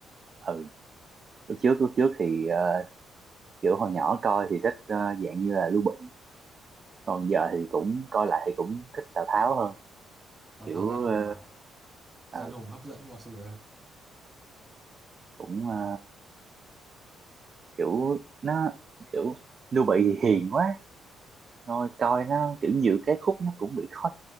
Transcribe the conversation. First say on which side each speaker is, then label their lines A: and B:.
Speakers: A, on the right (about 45°); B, on the right (about 25°).
A: ừ lúc trước lúc trước thì ờ, kiểu hồi nhỏ coi thì thích ờ, dạng như là Lưu Bị còn giờ thì cũng coi lại thì cũng thích Tào Tháo hơn
B: Tào
A: kiểu
B: Tháo gian hùng
A: ờ,
B: mà
A: ờ,
B: gian hùng hấp dẫn vào sự
A: cũng ờ, kiểu nó kiểu Lưu Bị thì hiền quá Thôi coi nó kiểu nhiều cái khúc nó cũng bị khó